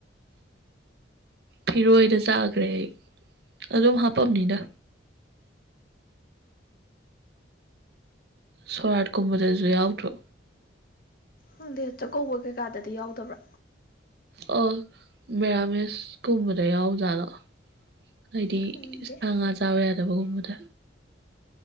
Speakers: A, on the right; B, on the left.
A: ꯐꯤꯔꯣꯏꯗ ꯆꯥꯒ꯭ꯔꯦ ꯑꯩ ꯑꯗꯨꯝ ꯍꯥꯞꯄꯝꯅꯤꯗ ꯁꯣꯔꯥꯠꯀꯨꯝꯕꯗꯖꯨ ꯌꯥꯎꯗ꯭ꯔꯣ
B: ꯈꯪꯗꯦ ꯆꯥꯛꯀꯧꯕ ꯀꯩꯀꯥꯗꯗꯤ ꯌꯥꯎꯗꯕ꯭ꯔꯥ
A: ꯑꯣ ꯃꯦꯔꯥꯃꯦꯁ ꯀꯨꯝꯕꯗ ꯌꯥꯎꯖꯥꯠꯂꯣ ꯍꯥꯏꯗꯤ
B: ꯈꯪꯗꯦ
A: ꯁꯥ ꯉꯥ ꯆꯥꯕ ꯌꯥꯗꯕꯒꯨꯝꯕꯗ